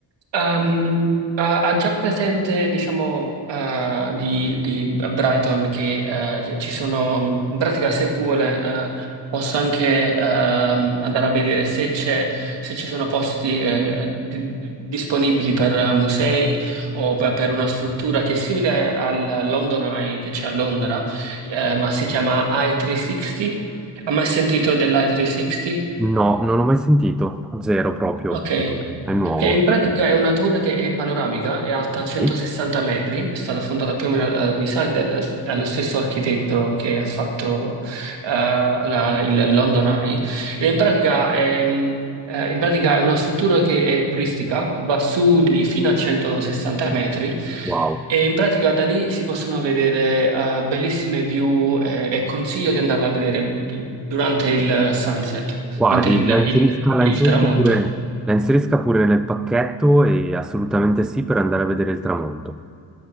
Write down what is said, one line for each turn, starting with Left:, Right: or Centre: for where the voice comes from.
Right: Ehm, ha, ha già presente, diciamo, eh, di, di Brighton che eh, ci sono, in pratica se vuole, eh, posso anche ehm, andare a vedere se c'è, se ci sono posti eh, di- disponibili per musei o per per una struttura che è simile al London Eye che c'è a Londra, eh, ma si chiama I360 ha mai sentito dell'i360?
Centre: No, non ho mai sentito, zero proprio,
Right: Ok,
Centre: Eh, è nuovo.
Right: Che in pratica è una torre che è panoramica, è alta
Centre: Ok.
Right: 160 metri, è stata fondata più o meno, eh, mi sa, da- da- dallo stesso architetto che ha fatto eh, la- il London Eye. E in pratica, ehm, eh, in pratica è una struttura che è turistica, va su di fino a 160 metri
Centre: Wow.
Right: e in pratica da lì si possono vedere eh, bellissime view eh, e consiglio di andarla a vedere d- durante il sunset,
Centre: Guardi,
Right: durante il
Centre: la inserisca,
Right: il-
Centre: la
Right: il
Centre: inserisca
Right: tramonto.
Centre: pure, la inserisca pure nel pacchetto e assolutamente sì per andare a vedere il tramonto.